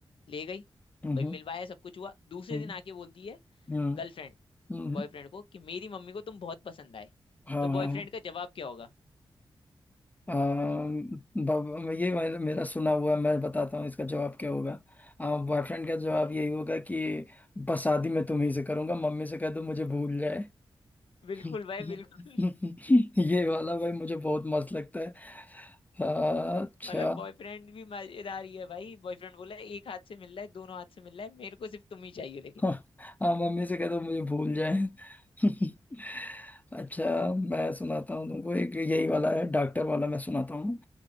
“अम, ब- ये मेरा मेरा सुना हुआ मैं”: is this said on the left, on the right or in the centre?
Left